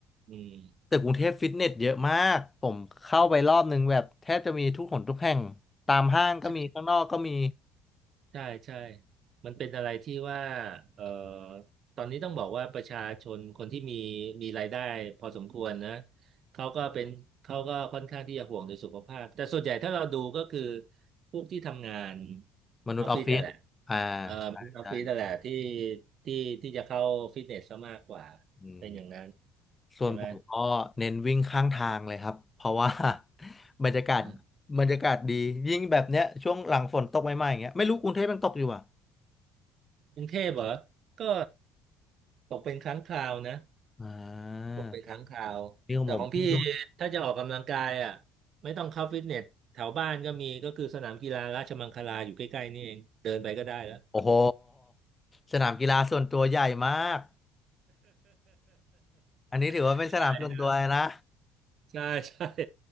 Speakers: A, on the right (about 45°); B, on the left (about 20°).
A: อืม
B: แต่กรุงเทพฟิตเนสเยอะมาก ผมเข้าไปรอบนึงแบบแทบจะมีทุกหนทุกแห่งตามห้างก็มีข้างนอกก็มี
A: ใช่ ใช่ใช่มันเป็นอะไรที่ว่าเอ่อตอนนี้ต้องบอกว่าประชาชนคนที่มีมีรายได้พอสมควรนะเขาก็เป็นเขาก็ค่อนข้างที่จะห่วงในสุขภาพแต่ส่วนใหญ่ถ้าเราดูก็คือพวกที่ทำงาน
B: มนุษย์ออฟฟิศอ่า
A: ออฟฟิศแต่นแหละเอ่อออฟฟิศแต่นแหละที่
B: ใช่ใช่
A: ที่ที่จะเข้าฟิตเนสซะมากกว่า
B: อืม
A: เป็นอย่างนั้น
B: ส่วนผมก็เน้นวิ่งข้างทางเลยครับเพราะว่า
A: ใช่ไหม
B: <laughs> บรรยากาศ
A: อ่า
B: บรรยากาศดียิ่งแบบเนี้ยช่วงหลังฝนตกใหม่ๆอย่างเงี้ยไม่รู้กรุงเทพยังตกอยู่อ่ะ
A: กรุงเทพเหรอก็ตกเป็นครั้งคราวนะ
B: อ่า
A: ตกเป็นครั้งคราวแต่ของพี่
B: นี่ของผมเพิ่งหยุด
A: ถ้าจะออกกำลังกายอ่ะไม่ต้องเข้าฟิตเนสแถวบ้านก็มีก็คือสนามกีฬาราชมังคลาอยู่ใกล้ๆนี่เองเดินไปก็ได้แล้ว
B: โอ้โหสนามกีฬาส่วนตัวใหญ่มากอันนี้ถือว่าเป็นสนามส่วนตัวเลยนะ
A: <laughs> ใช่ใช่ใช่ใช่